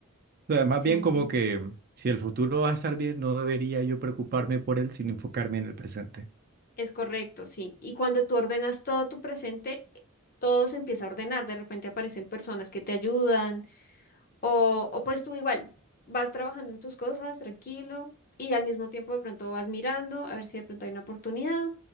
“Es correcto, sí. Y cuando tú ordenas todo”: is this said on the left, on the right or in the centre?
Left